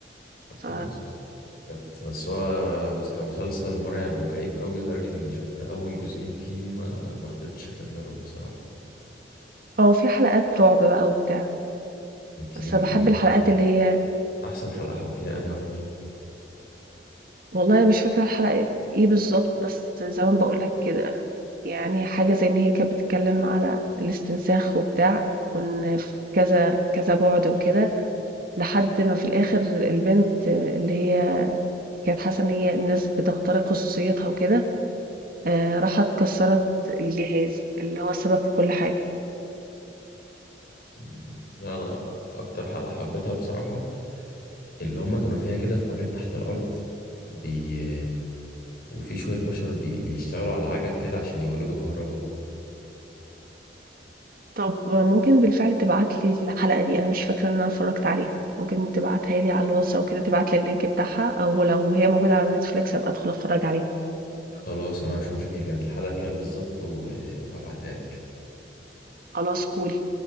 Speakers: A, on the left; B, on the right.
A: ربنا
B: ف
A: كانت بس هو مس- كمسلسل مرعب وكئيب قوي لدرجة اني شفت اول جزئين فيه ما ما قدرتش اكملهم بصراحة
B: آه، وفي حلقات رعب بقى وبتاع،
A: انتي
B: بس
A: ما
B: باحب
A: كملتيش
B: الحلقات اللي هي
A: احسن حلقة حبيتيها انهي واحدة فيهم
B: والله مش فاكرة الحلقة إيه بالضبط، بس زي ما باقول لك كده يعني حاجة زي إن هي كانت بتتكلم على الاستنساخ وبتاع وإن في كذا كذا بعد وكده لحد ما في الآخر البنت اللي هي كانت حاسة إن هي الناس بتخترق خصوصيتها وكده آه، راحت كسرت الجهاز اللي هو السبب في كل حاجة
A: مم، لا انا اكتر حلقة حبيتها بصراحة اللي هما كانوا فيها كده في مكان تحت الارض بي... وفي شوية بشر بي... بيشتغلوا على عجل كده عشان يولدوا كهرباء
B: طب ممكن بالفعل تبعتلي الحلقة دي أنا مش فاكرة إن أنا اتفرجت عليها ممكن تبعتها لي على الواتس أو كده تبعتلي اللينك بتاعها أو لو هي موجودة على نتفليكس أبقى أدخل أتفرج عليها
A: خلاص انا هشوف لك هي كانت الحلقة كام بالظبط و... وهبعتها لك
B: خلاص كول